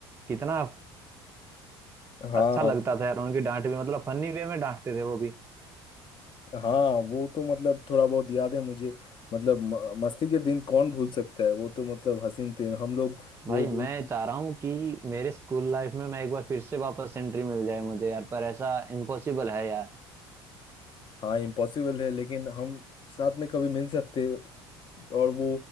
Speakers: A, on the right (about 20°); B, on the left (about 35°).
A: कितना
B: हाँ
A: अच्छा लगता था यार उनकी डांट भी मतलब फनी वे में डांटते थे वो भी
B: हाँ वो तो मतलब थोड़ा बहुत याद है मुझे मतलब म- मस्ती के दिन कौन भूल सकता है वो तो मतलब हसीन थे हम लोग
A: भाई
B: वो
A: मैं
B: वो-
A: चाह रहा हूँ कि मेरे स्कूल लाइफ में मैं एक बार फिर से वापस एंट्री मिल जाए मुझे यार पर ऐसा इम्पॉसिबल है यार
B: हाँ इम्पॉसिबल है लेकिन हम साथ में कभी मिल सकते और वो